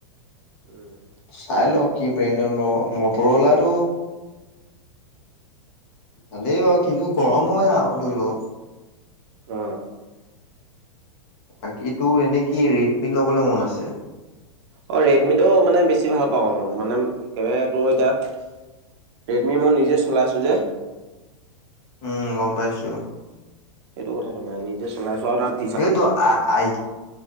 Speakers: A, on the right; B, on the left.
A: উম
B: চাই ল কি ব্ৰেণ্ডৰ ল মটৰ অলাটো- ভালেই বাৰু কিন্তু গৰম হয় আৰু ধৰি লওঁ।
A: উম।
B: বাকী তো এনে কি ৰেডমি ল'বলৈ মন আছে।
A: অ ৰেডমিটো মানে বেছি ভাল পাওঁ, আৰু মানে একেবাৰে তোৰ এতিয়া- ৰেডমি মই নিজে চলাইছোঁ যে-
B: উম গম পাইছো।
A: এইেটো কথাটো মানে নিজে চলাইছোৱা আৰু তাত-
B: এইেটো আ আ